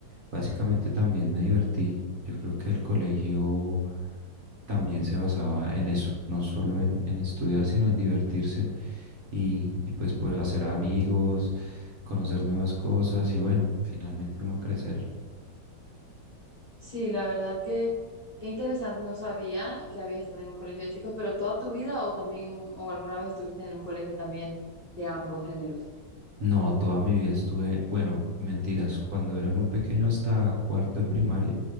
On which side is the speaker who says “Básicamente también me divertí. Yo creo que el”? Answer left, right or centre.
Right